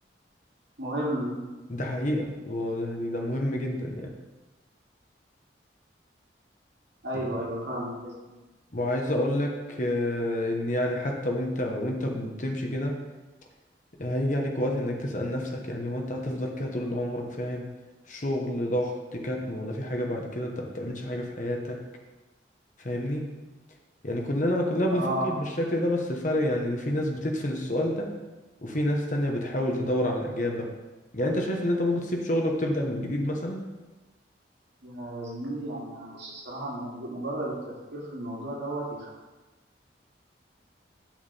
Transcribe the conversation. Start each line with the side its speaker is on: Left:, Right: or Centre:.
Right: مهم
Left: ده حقيقة هو يعني ده مهم جدا
Right: ايوه
Left: يعني
Right: ايوه فاهمك يا زميلي
Left: وعايز اقول لك آه، ان يعني حتى وانت وانت بتمشي كده هيجي عليك وقت انك تسأل نفسك يعني وانت هتفضل كده طول عمرك فاهم شغل ضغط كتم ولا في حاجة بعد كده انت بتعملش حاجة في حياتك فاهمني يعني كلنا كلنا بنفكر
Right: اه
Left: بالشكل ده بس الفرق يعني ان في ناس بتدفن السؤال ده وفي ناس تانية بتحاول تدور على إجابة يعني انت شايف ان انت ممكن تسيب شغلك وتبدأ من جديد مثلا
Right: يا زميلي يعني انا بص الصراحه الموضوع مجرد التفكير في الموضوع دوت يخلي